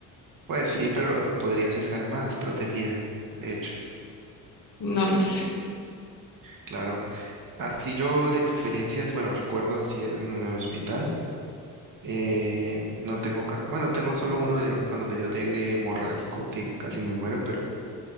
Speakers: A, on the right; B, on the left.
A: pues sí, pero podrías estar más protegida, de hecho,
B: No lo sé.
A: claro. Así yo de experiencias, bueno, recuerdo así en el hospital, eh, no tengo, ca- bueno, tengo solo uno de cuando me dio dengue hemorrágico, que casi me muero, pero